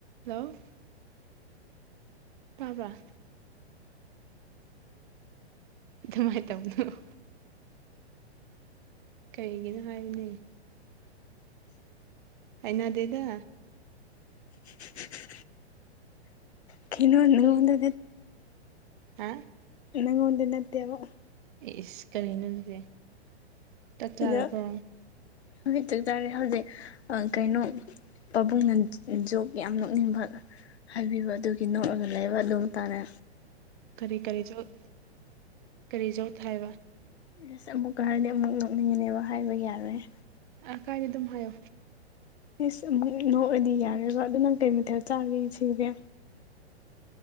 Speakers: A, on the right (about 50°); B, on the left (about 70°).
A: ꯍꯜꯂꯣ ꯇꯥꯕꯔ ꯑꯗꯨꯃꯥꯏ ꯇꯧꯅꯣ ꯀꯩꯒꯤꯅꯣ ꯍꯥꯏꯌꯨꯅꯦ ꯍꯩꯅꯗꯦꯗ
B: <unintelligible> ꯀꯩꯅꯣ
A: ꯅꯪ
B: ꯅꯪꯉꯣꯟꯗ
A: ꯀꯔꯤꯅꯣ ꯍꯥ
B: ꯅꯪꯉꯣꯡꯗ ꯅꯠꯇꯦꯕ
A: ꯏꯁ ꯀꯔꯤꯅꯣ ꯑꯗꯨꯗꯤ ꯆꯥꯛ ꯆꯥꯔꯕꯣ
B: ꯑꯗꯣ ꯍꯧꯖꯤꯛ ꯆꯥꯛ ꯆꯥꯔꯦ ꯍꯧꯖꯤꯛ ꯑꯥ ꯀꯩꯅꯣ ꯄꯥꯕꯨꯡꯅ ꯖꯣꯛꯀꯤ ꯌꯥꯝ ꯅꯣꯛꯅꯤꯡꯕ ꯍꯥꯏꯕꯤꯕ ꯑꯗꯨꯒꯤ ꯅꯣꯛꯑꯒ ꯂꯩꯕ ꯑꯗꯨꯝ ꯇꯥꯔꯦ
A: ꯀꯔꯤ ꯀꯔꯤ ꯖꯣꯛ ꯀꯔꯤ ꯖꯣꯛ ꯍꯥꯏꯕ
B: ꯑꯁ ꯑꯃꯨꯛꯀ ꯍꯥꯏꯔꯗꯤ ꯑꯃꯨꯛ ꯅꯣꯛꯅꯤꯡꯒꯅꯦꯕ ꯍꯥꯏꯕ ꯌꯥꯔꯣꯏ
A: ꯑꯥ ꯀꯥꯏꯗꯦ ꯑꯗꯨꯝ ꯍꯥꯏꯌꯣ
B: ꯏꯁ ꯑꯃꯨꯛ ꯅꯣꯛꯑꯗꯤ ꯌꯥꯔꫭꯕ ꯑꯗꯨ ꯅꯪ ꯀꯩ ꯃꯊꯦꯜ ꯆꯥꯒꯦ ꯉꯁꯤꯒꯤꯗꯤ